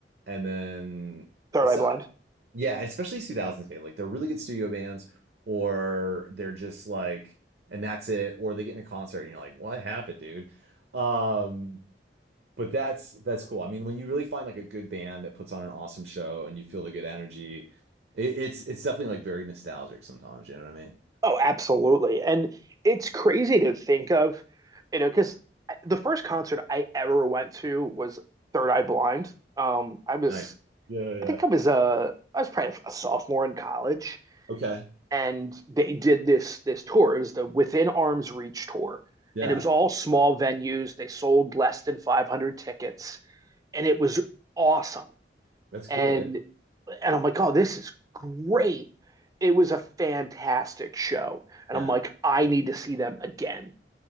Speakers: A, on the right (about 65°); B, on the right (about 20°).
A: and then
B: Eye
A: so
B: Blind.
A: yeah, especially 2000s band. Like they're really good studio bands, or they're just like, and that's it, or they get in a concert and you're like, what happened, dude? Um, but that's that's cool. I mean, when you really find like a good band that puts on an awesome show and you feel the good energy, it, it's it's definitely like very nostalgic sometimes, you know what I mean?
B: Oh, absolutely. And it's crazy to think of, you know, because the first concert I ever went to was Third Eye Blind. Um, I was,
A: Nice. Yeah, yeah.
B: I think I was a, I was probably a sophomore in college,
A: Okay.
B: and they did this this tour. It was the Within Arms Reach tour,
A: Yeah.
B: and it was all small venues. They sold less than 500 tickets, and it was awesome.
A: That's cool.
B: And
A: Yeah.
B: And I'm like, oh, this is great. It was a fantastic show. And
A: Yeah.
B: I'm like, I need to see them again.